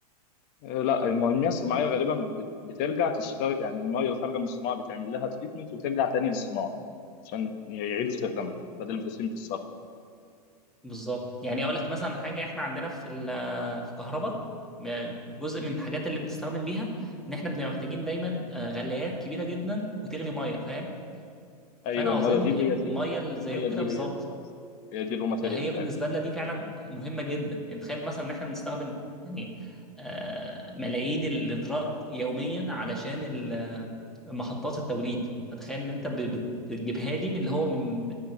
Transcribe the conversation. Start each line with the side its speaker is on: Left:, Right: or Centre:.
Left: آه، لا الم- المياه الصناعيه غالبا بت- بترجع تشتغل يعني الميه اللي خارجه من الصناعه بتعمل لها تريتمنت وترجع تاني للصناعه عشان يعيدوا استخدامها بدل ما تترمي في الصرف
Centre: بالظبط يعني اقول لك مثلا حاجه احنا عندنا في ال- في كهرباء جزء من الحاجات اللي بنستخدم بيها ان احنا بنبقى محتاجين دايما آه، غلايات كبيره جدا وتغلي ميه فاهم
Left: ايوه
Centre: فانا
Left: الميه
Centre: اظن
Left: دي
Centre: الميه
Left: هي دي
Centre: اللي زيك
Left: الميه دي
Centre: كده بالظبط
Left: هي دي أيوة. هي دي الرو ماتيريال
Centre: فهي
Left: بتاعتنا
Centre: بالنسبه لنا دي فعلا مهمه جدا يعني تخيل مثلا ان احنا بنستخدم يعني آه، ملايين اللترات يوميا علشان ال- آه، محطات التوليد فتخيل ان انت ب- بت- بتجيبها لي من اللي هو من